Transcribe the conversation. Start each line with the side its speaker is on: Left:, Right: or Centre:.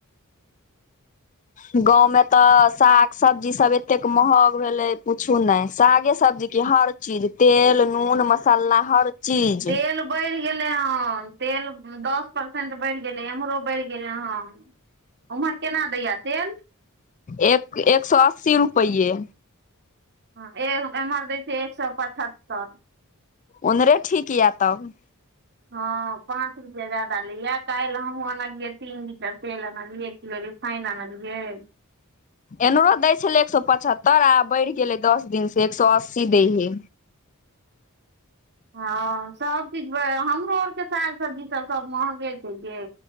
Left: गााँंव मे तऽ साग सब्जी सब एते महग भेले पूछू ने सागे सब्जी क हर चीज तेल नून मसाला हर चीज
Right: तेल बढ़ि गेलै हँ तेल दस परसेंट बढ़ि गेलै इम्हरो बढ़ि गेलै हन ओम्हर केना दैया तेल
Left: एक एक सए अस्सी रुपैेएये
Right: ह एम्हर दै छै एक सए पचहत्तर
Left: उधरे ठीक यऽ तब
Right: हँ पाँच रुपएया प ला काल्हि हमहुँ आनलियै तीन लीटर तेल आनलियै एक किलो रिफाइन आनलियै <inaudible>
Left: एमहरो दै छलै एक सए पचहत्तर आ बढ़ि गेलै दस दिन से एक सए अस्सी दै हे
Right: हँ सबचीज हमरो आरके साग सब्जी त सब महगे छै जे